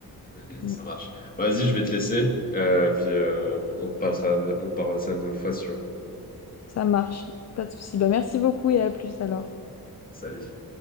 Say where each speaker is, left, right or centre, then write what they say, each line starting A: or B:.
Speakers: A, on the left (about 25°); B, on the left (about 45°).
A: <laughs>
B: Mais
A: ça
B: bon,
A: marche. Vas-y, je vais te laisser, euh, puis euh, on passera, on parlera ça une autre fois, si tu veux.
B: ça marche, pas de souci. Bah, merci beaucoup et à plus alors.
A: Salut.